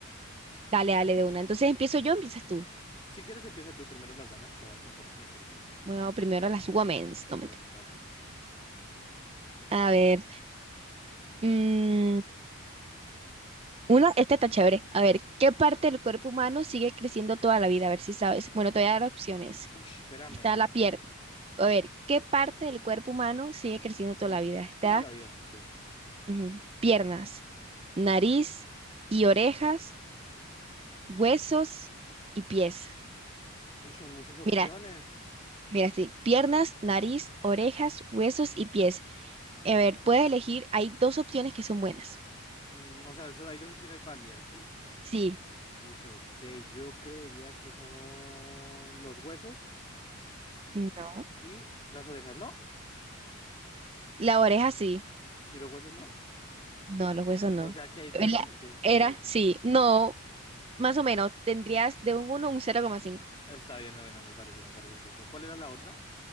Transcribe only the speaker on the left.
Mm, Si quieres, empieza tú primero las damas. A ver, me parece, me parece.
Las women.
Uy, espérame,
pero
que siendo
toda la vida, ok.
Uy, son muchas opciones.
Mm, o sea, so- hay dos opciones válidas, ¿sí?
Uy, ok, yo creería que son los huesos
y las orejas, ¿no?
¿Y los huesos no?
O sea, que ahí pierdo,
porque...
<laughs>
está bien, bueno, me parece, me parece justo. ¿Cuál era la otra?